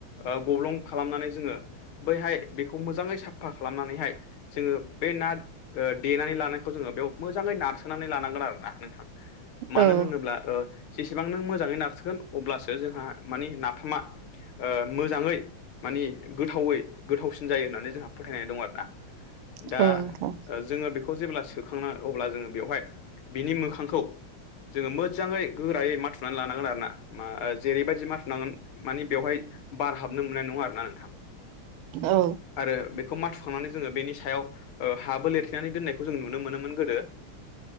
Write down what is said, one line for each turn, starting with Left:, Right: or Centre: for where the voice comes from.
Left: ओ गब्लं खालामनानै जोङो बैहाय बेखौ मोजाङै साफा खालामनानैहाय जोङो बे ना ओ देनानै लानायखौ जोङो बेयाव मोजाङै नारसोनानै लानांगोन आरो ना नोंथां। मानो
Right: औ
Left: होनोब्ला ओ जेसेबां नों मोजाङै नारसोगोन अब्लासो जोंहा माने नाफामा ओ मोजाङै मानि गोथावै गोथावसिन जायो होननानै जोंहा फोथायनाय दं आरोनंना
Right: औ नोंथां औ नोंथां औ
Left: दा
Right: नोंथां औ नोंथां औ नोंथां औ नोंथां औ
Left: जोङो बेखौ जेब्ला सोखांना अब्ला जोङो बेवहाय बेनि मोखांखौ जोङो मोजाङै गोरायै माथुनानै लानांगोन आरोना मा जेरैबायदि मा थुमनांगोन माने बेवहाय बार हाबनो मोननाय नङा आरोना नोंथां।
Right: औ
Left: आरो बेखौ माथुखांनानै जोङो बेनि सायाव हाबो लिरथेनानै दोननायखौ जों नुनो मोनोमोन गोदो